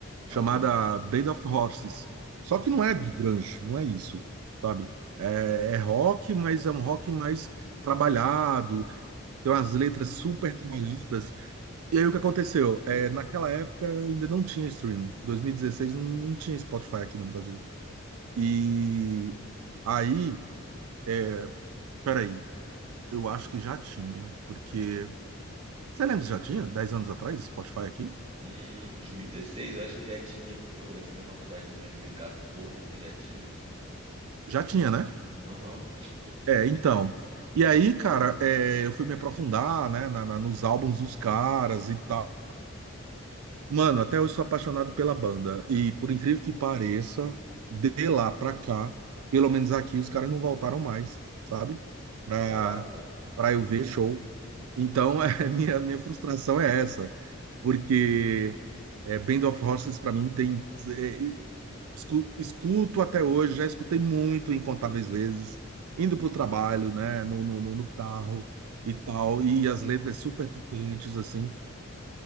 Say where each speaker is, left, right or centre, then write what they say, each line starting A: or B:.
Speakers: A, on the right; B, on the right.
A: chamada
B: aham.
A: Band of Horses. Só que não é grunge, não é isso, sabe? É, é rock, mas é um rock mais trabalhado, tem umas letras super trabalhadas. E aí o que aconteceu? É, naquela época ainda não tinha streaming. 2016 não, não tinha Spotify aqui no Brasil. E aí, é, peraí, eu acho que já tinha, porque. Você lembra se já tinha? dez anos atrás, Spotify aqui?
B: Hum, 2016 eu acho que já tinha, porque eu comecei minha faculdade em 2014, já tinha.
A: Já tinha, né?
B: Aham,
A: É, então. E aí, cara, é, eu fui me aprofundar, né, na, na- nos álbuns dos caras e tal. Mano, até hoje sou apaixonado pela banda. E por incrível que pareça, de lá pra cá, pelo menos aqui, os caras não voltaram mais, sabe? Pra,
B: caraca.
A: pra eu ver show. Então, <laughs> é, minha, minha frustração é essa. Porque é, Band of Horses, pra mim, tem. é, escu- escuto até hoje, já escutei muito, incontáveis vezes, indo para o trabalho, né, no, no, no no carro e tal, e as letras super tocantes, assim,